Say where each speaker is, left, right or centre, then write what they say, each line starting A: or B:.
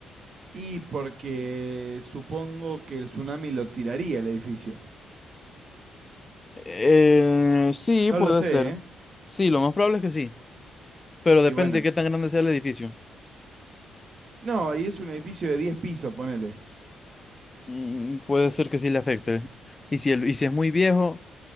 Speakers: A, on the right; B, on the left.
A: Y porque supongo que el tsunami lo tiraría el edificio.
B: Eh, sí,
A: No
B: puede
A: lo sé,
B: ser.
A: ¿eh?
B: Sí, lo más probable es que sí, pero
A: Y
B: depende
A: bueno.
B: de qué tan grande sea el edificio.
A: No, y es un edificio de 10 pisos, ponele.
B: Mm, puede ser que sí le afecte. Y si, el, y si es muy viejo,